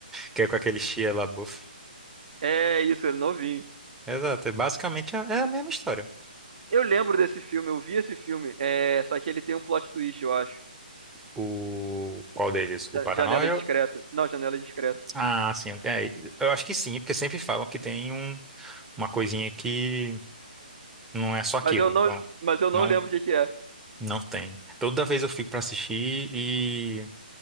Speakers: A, in the centre; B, on the right.
A: Que é com aquele Shia LaBeouf.
B: É isso, ele novinho.
A: Exato. É Basicamente é é a mesma história.
B: Eu lembro desse filme, eu vi esse filme. É, só que ele tem um plot twist, eu acho.
A: O qual deles? O
B: Da-
A: Paranoia?
B: Janela discreta. Não, janela discreta.
A: Ah, sim. É, eu acho que sim, porque sempre falam que tem um, uma coisinha que não é só aquilo.
B: Mas eu não,
A: Então,
B: mas eu não
A: não,
B: lembro o que que é.
A: não tem. Toda vez eu fico pra assistir e,